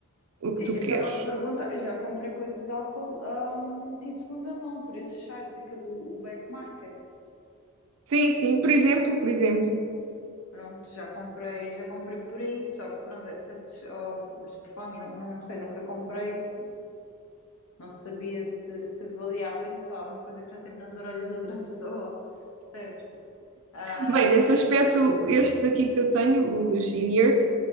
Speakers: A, on the right; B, on the left.
A: o que
B: Sim,
A: tu
B: eu
A: queres.
B: estava a perguntar, eu já comprei coisas da Apple, hum, em segunda mão, por esses sites, aquele, o o Back Market.
A: Sim, sim, por exemplo, por exemplo.
B: Pronto, já comprei, já comprei por aí, só que pronto, headsets ou os telefones, não, não sei, nunca comprei, não sabia se, se valia a pena, sei lá, uma coisa que já teve nas orelhas de outra <laughs> pessoa, percebes? Ah,
A: Bem, nesse aspecto, estes aqui que eu tenho, os in-ear,